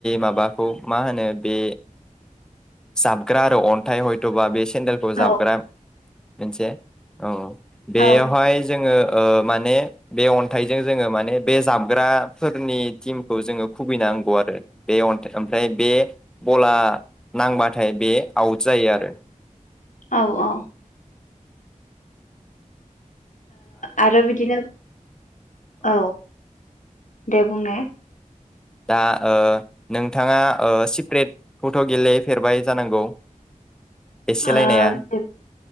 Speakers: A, in the centre; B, on the left.
A: माबाखौ मा होनो। बे जाबग्रा आरो अन्थाइ हयथ'बा बेसे चेन्देलखौ
B: औ
A: जाबग्रा मोनसे औ बेयावहाय
B: औ
A: जोङो ओ माने बे अन्थाइजों जोङो माने बे जाबग्राफोरनि टिमखौ जोङो खुबैनांगौ आरो बेअन्थाइ ओमफ्राय बे बाला नांबाथाय बे आउट जायो आरो।
B: औ औ। आरो बिदिनो औ। दे बुं ने
A: दा नोंथाङा सिप्रेट फट' गेलेफेरबाय जानांगौ एसेलायनाया
B: आ अ